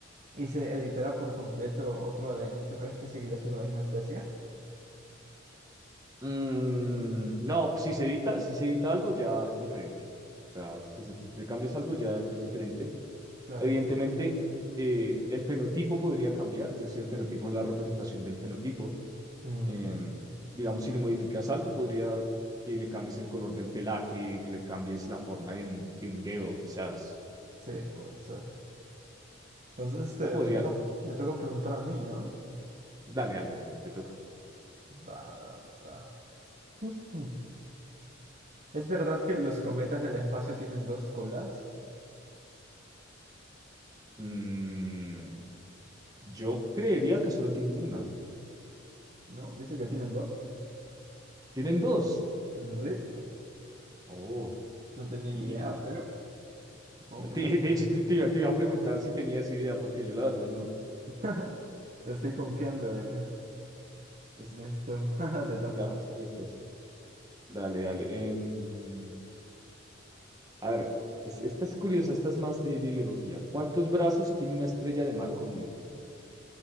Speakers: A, on the right (about 35°); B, on the right (about 20°).
A: y se editara por completo otro ADN, ¿tú crees que seguiría siendo la misma especie?
B: Mm, no, pues, si se edita, si se edita algo ya es diferente. O sea, si se- si le cambias algo ya, ya es diferente.
A: Claro.
B: Evidentemente, eh, el fenotipo podría cambiar, es decir, el fenotipo es la representación del genotipo.
A: Mm,
B: Em, digamos, si le modificas algo, podría que le cambies el color del pelaje, que le cambies la forma de un, de un dedo, quizás.
A: sí, puede ser. Entonces, este,
B: O podría,
A: me toca, me toca preguntar a mí, ¿no?
B: dale, dale, dale, te toca.
A: Va, va. <laughs> Ujú. ¿Es verdad que los cometas del espacio tienen dos colas?
B: Mm, yo creería que solo tienen una.
A: ¿No? Dice que tienen dos.
B: Tienen dos.
A: Sí,
B: Oh,
A: no tenía
B: y,
A: ni idea,
B: y que-
A: pero... Supongo
B: no,
A: que
B: te-
A: se aprende.
B: de hecho te, te iba te iba a preguntar si tenías idea, porque yo la verdad no.
A: <laughs> Estoy confiando en,
B: Es
A: en esto. <laughs> Te toca.
B: las respuestas. Dale, dale. Em, A ver, es- esta es curiosa, esta es más de, de biología. ¿Cuántos brazos tiene una estrella de mar común?